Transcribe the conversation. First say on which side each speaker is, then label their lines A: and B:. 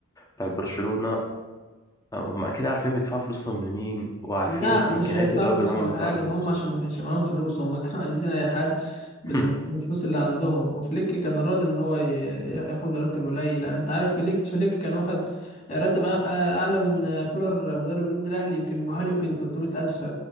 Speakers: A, on the left; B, on the left.
A: بتاعت برشلونة آه، هم أكيد عارفين بيدفعوا فلوسهم لمين وعارفين
B: لا مش
A: إمكانيات
B: هيدفعوا
A: الراجل
B: فلوس
A: اللي هم
B: ولا
A: بيدفعوا
B: حاجة
A: له فلوس
B: ده هم عشان ما كانش معاهم فلوس هم كانوا <laughs> عايزين أي حد بالم-
A: <laughs>
B: بالفلوس اللي عندهم وفليك كان راضي إن هو ي- ياخد راتب قليل يعني أنت عارف فليك فليك كان واخد راتب أ- أعلى من كولر مدرب النادي الأهلي يمكن بحوالي يمكن 300 ألف